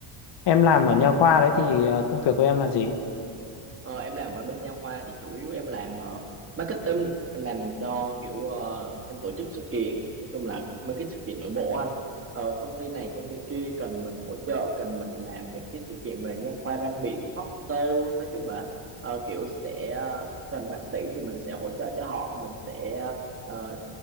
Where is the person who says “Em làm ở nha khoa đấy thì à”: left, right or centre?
Left